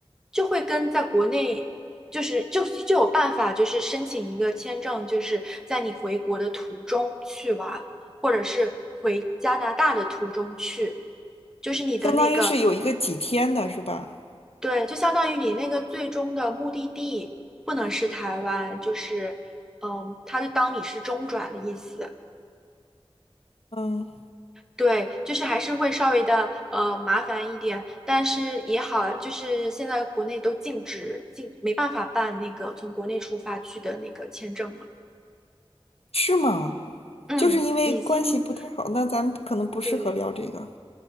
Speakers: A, in the centre; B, on the left.
A: 就会跟在国内就是就就有办法，就是申请一个签证，就是在你回国的途中去玩，或者是回加拿大的途中去，就是你的那个
B: 相当于是有一个几天的，是吧？
A: 对，就相当于你那个最终的目的地不能是台湾，就是，嗯，他就当你是中转的意思。
B: 嗯，
A: 对，就是还是会稍微的呃麻烦一点，但是也好，就是现在国内都禁止禁，没办法办那个从国内出发去的那个签证嘛。
B: 是吗？
A: 嗯，
B: 就是因为关系不太好，
A: 已经
B: 那咱们可能不适合聊这个。
A: 对，